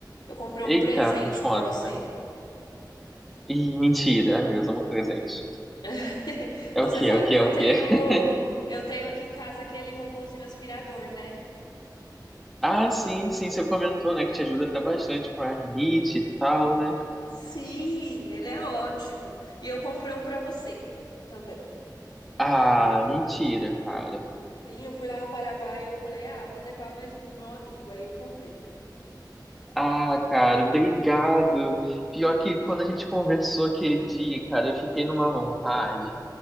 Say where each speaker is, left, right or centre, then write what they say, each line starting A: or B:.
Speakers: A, on the left; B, in the centre.
A: Eu comprei um
B: Eita,
A: presente
B: me conta.
A: para você.
B: Ih, mentira. Ai, meu Deus, amo presente.
A: <laughs>
B: É
A: Você
B: o quê?
A: sabe
B: É o quê?
A: que
B: É
A: eu
B: o
A: tenho
B: quê? <laughs>
A: eu tenho aqui em casa aquele robozinho aspirador, né?
B: Ah, sim, sim, você comentou, né, que te ajuda até bastante com a rinite e tal, né?
A: Sim, ele é ótimo. E eu comprei um para você também.
B: Ah, mentira, cara.
A: Sim, eu fui lá no Paraguai e eu falei: "Ah, vou levar mais um pro meu amigo". Aí eu comprei.
B: Ah, cara, obrigado. Pior que quando a gente conversou aquele dia, cara, eu fiquei numa vontade.